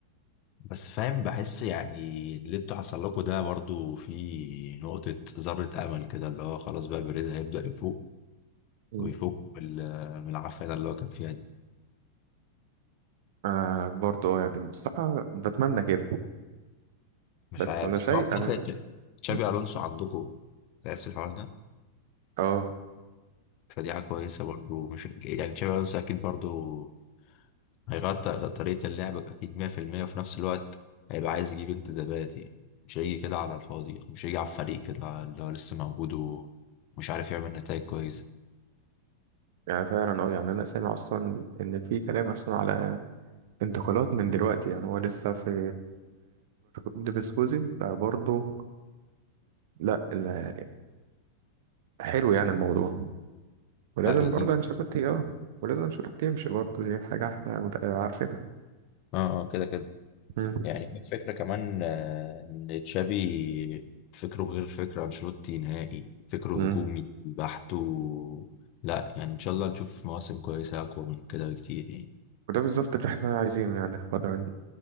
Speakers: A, on the left; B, on the right.
A: بس فاهم بحس يعني اللي انتوا حصل لكم ده برضو في نقطة ذرة أمل كده اللي هو خلاص بقى بيريز هيبدأ يفوق
B: مم.
A: ويفوق من ال- من العافية ده اللي هو كان فيها دي
B: أنا برضه آه، يعني الصراحة بتمنى كده
A: مش
B: بس
A: عارف
B: أنا
A: بس
B: شايف
A: هو خلاص
B: أنا
A: تش- تشابي
B: مم.
A: الونسو عندكم عرفت الحوار ده
B: أه
A: فدي حاجه كويسه برضو مش يعني تشابي الونسو اكيد برضو هيغير ط- ط- طريقه اللعب اكيد 100% وفي نفس الوقت هيبقى عايز يجيب انتدابات يعني مش هيجي كده على الفاضي يعني، مش هيجي على الفريق كده اللي هو لسه موجود ومش عارف يعمل نتائج كويسه
B: يعني فعلا أه يعني أنا سامع أصلا إن في كلام أصلا على انتقالات من دلوقتي يعني هو لسه في ليفركوزن فبرضه لا لا حلو يعني الموضوع ولازم
A: لا لذيذ
B: برضه انشيلوتي اه ولازم انشيلوتي يمشي برضه دي حاجة احنا مت- عارفينها
A: اه اه كده كده
B: مم.
A: يعني الفكرة كمان آه، إن تشابي فكره غير فكر أنشيلوتي نهائي فكره
B: مم.
A: هجومي بحت و... لا يعني إن شاء الله نشوف مواسم كويسة أقوى من كده بكتير يعني
B: وده بالظبط اللي احنا عايزينه يعني الفترة دي